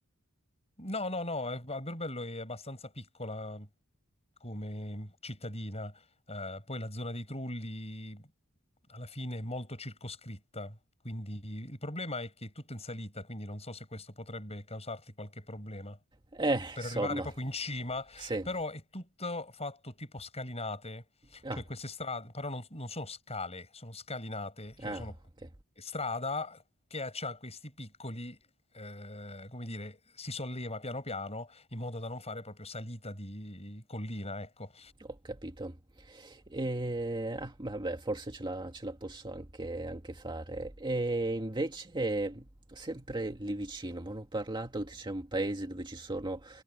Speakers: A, on the left; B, on the right.
A: no, no, no, eh, Alberobello è abbastanza piccola come cittadina, eh, poi la zona dei Trulli alla fine è molto circoscritta, quindi il problema è che è tutta in salita, quindi non so se questo potrebbe causarti qualche problema.
B: Eh,
A: Per
B: insomma,
A: arrivare proprio in cima,
B: sì.
A: però è tutto fatto tipo scalinate,
B: Ah,
A: cioè queste strade, però non, non sono scale, sono scalinate, cioè
B: ah,
A: sono
B: ok.
A: strada che ha c'ha questi piccoli eh, come dire, si solleva piano piano in modo da non fare proprio salita di collina, ecco.
B: Ho capito. E, ah, vabbè, forse ce la, ce la posso anche, anche fare. E invece, sempre lì vicino, mi hanno parlato che c'è un paese dove ci sono